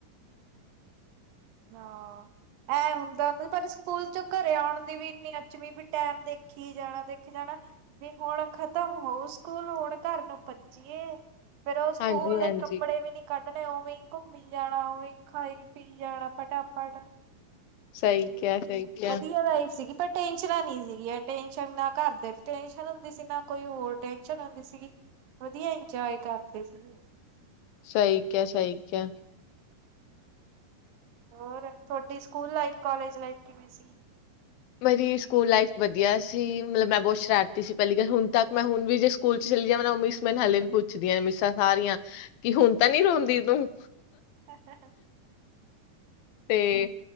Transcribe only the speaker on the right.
ਹਾਂ। ਐ ਹੁੰਦਾ ਐ, ਪਰ ਸਕੂਲ ਚੋਂ ਘਰੇ ਆਉਣ ਦੀ ਵੀ ਇੰਨੀ ਘੜੀ ਚ ਵੀ ਟੈਮ ਦੇਖੀ ਜਾਣਾ-ਦੇਖੀ ਜਾਣਾ। ਵੀ ਹੁਣ ਖਤਮ ਹੋਊ ਸਕੂਲ, ਹੁਣ ਘਰ ਨੂੰ ਭੱਜੀਏ। ਫੇਰ ਉਹ ਸਕੂਲ
ਦੇ
ਕੱਪੜੇ ਵੀ ਨੀ ਕੱਢਣੇ, ਉਵੇਂ ਘੁੰਮੀ ਜਾਣਾ, ਉਵੇਂ ਖਾਈ- ਪੀਵੀ ਜਾਣਾ। ਫਟਾਫੱਟ,
ਤੇ
ਵਧੀਆ ਲਾਈਫ ਸੀਗੀ। ਪਰ ਟੈਂਨਸ਼ਨਾ ਨੀ ਸੀਗੀਆਂ, ਟੈਂਨਸ਼ਨ ਨਾ ਘਰ ਦੇ ਟੈਂਨਸ਼ਨ ਹੁੰਦੀ ਸੀ, ਨਾ ਕੋਈ ਹੋਰ ਟੈਂਨਸ਼ਨ ਹੁੰਦੀ ਸੀਗੀ। ਵਧੀਆ ਇੰਜੋਏ ਕਰਦੇ ਸੀ।
ਹੋਰ, ਥੋਡੀ ਸਕੂਲ ਲਾਈਫ, ਕਾਲਜ ਲਾਈਫ ਕਿਵੇਂ ਸੀ?
ਅੱਛਾ।